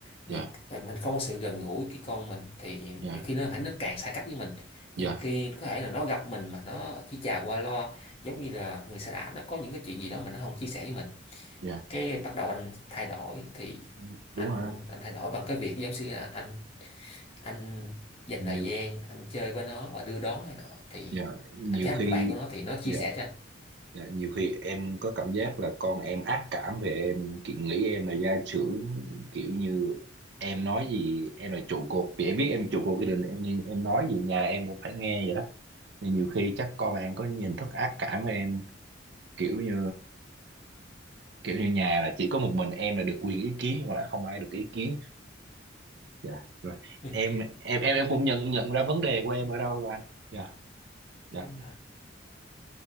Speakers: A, on the left; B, on the right.
A: nhiều,
B: dạ
A: ờ, mình không có sự gần gũi cái con mình thì
B: dạ
A: nhiều khi nó nó càng xa cách với mình
B: dạ
A: nhiều khi có thể là nó gặp mình mà nó chỉ chào qua loa giống như là người xa lạ nó có những cái chuyện gì đó mà nó không chia sẻ với mình
B: dạ
A: cái bắt đầu anh thay đổi thì
B: Ừ, đúng
A: anh
B: rồi anh.
A: anh thay đổi bằng cái việc giáo sư là anh anh dành
B: nhiều
A: thời gian anh chơi với nó và đưa đón nó nọ thì
B: dạ nhiều
A: anh trở
B: khi
A: thành người bạn của nó thì nó chia
B: dạ
A: sẻ cho anh
B: dạ nhiều khi em có cảm giác là con em ác cảm về em kiểu nghĩ em là gia trưởng kiểu như em nói gì em là trụ cột vì em biết em trụ cột gia đình em nhưng em nói gì nhà em cũng phải nghe vậy đó thì nhiều khi chắc con em có nhìn thức ác cảm với em kiểu như kiểu như nhà là chỉ có một mình em là được quyền ý kiến hoặc là không ai được ý kiến dạ rồi
A: Ừ,
B: em em em
A: đúng
B: em cũng nhận nhận ra vấn đề của em ở đâu rồi anh dạ dạ
A: đúng là